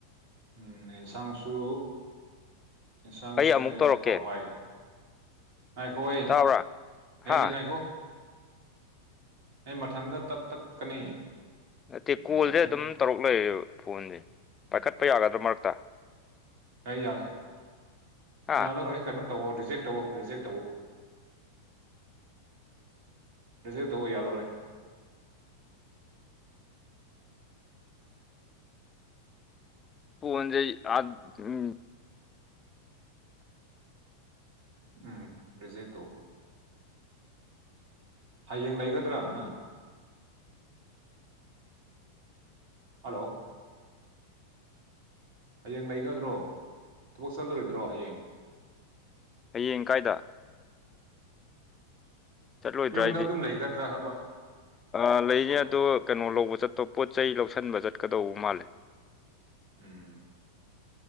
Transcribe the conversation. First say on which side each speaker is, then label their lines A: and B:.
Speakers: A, on the right; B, on the left.
A: ꯎꯝ ꯑꯦꯟꯁꯥꯡꯁꯨ ꯌꯦꯟꯁꯥꯡꯁꯦ
B: ꯑꯩ ꯑꯃꯨꯛ ꯇꯧꯔꯛꯀꯦ
A: ꯍꯋꯥꯏ ꯉꯥꯏꯈꯣ ꯑꯦ
B: ꯇꯥꯕ꯭ꯔꯥ
A: ꯍꯦ
B: ꯍꯥ
A: ꯍꯦ ꯉꯥꯏꯈꯣ ꯑꯩ ꯃꯊꯟꯗ ꯇꯠ ꯇꯠꯀꯅꯤ
B: ꯅꯠꯇꯦ ꯀꯣꯜꯁꯦ
A: ꯃꯊꯟ
B: ꯑꯗꯨꯝ ꯇꯧꯔꯛ ꯂꯩꯔꯦꯕ ꯐꯣꯟꯁꯦ ꯄꯥꯏꯈꯠꯄ ꯌꯥꯒꯗ꯭ꯔꯥ ꯃꯔꯛꯇ
A: ꯑꯩ ꯌꯥꯔꯦ
B: ꯍꯥ
A: ꯌꯥꯗꯣꯔꯍꯦ ꯀꯩꯅꯣ ꯇꯧꯑꯣ ꯔꯤꯖꯦꯛ ꯇꯧꯑꯣ ꯔꯤꯖꯦꯛ ꯇꯧꯋꯣ ꯔꯤꯖꯦꯛ ꯇꯧꯋꯣ ꯌꯥꯂꯔꯣꯏ
B: ꯐꯣꯟꯖꯦ ꯑ ꯎꯝ
A: ꯎꯝ ꯔꯤꯖꯦꯛ ꯇꯧꯋꯣ ꯍꯌꯦꯡ ꯂꯩꯒꯗ꯭ꯔꯥꯅ ꯍꯜꯂꯣ ꯍꯌꯦꯡ ꯂꯩꯒꯗ꯭ꯔꯣ ꯊꯕꯛ ꯆꯠꯂꯔꯣꯏꯗ꯭ꯔꯣ ꯍꯌꯦꯡ
B: ꯍꯌꯦꯡ ꯀꯥꯏꯗ ꯆꯠꯂꯣꯏꯗ꯭ꯔꯥ
A: ꯌꯨꯝꯗ
B: ꯍꯥꯏꯗꯤ
A: ꯑꯗꯨꯝ ꯂꯩꯒꯗ꯭ꯔꯥ ꯍꯥꯏꯕ
B: ꯑ ꯂꯩꯅꯤ
A: ꯍꯣꯏ
B: ꯑꯗꯣ
A: ꯍꯣꯏ
B: ꯀꯩꯅꯣ
A: ꯐꯩ
B: ꯂꯧꯕ ꯆꯠꯇꯣ ꯄꯣꯠ ꯆꯩꯩ ꯂꯧꯁꯟꯕ ꯆꯠꯀꯗꯧꯕ ꯃꯥꯜꯂꯦ
A: ꯎꯝ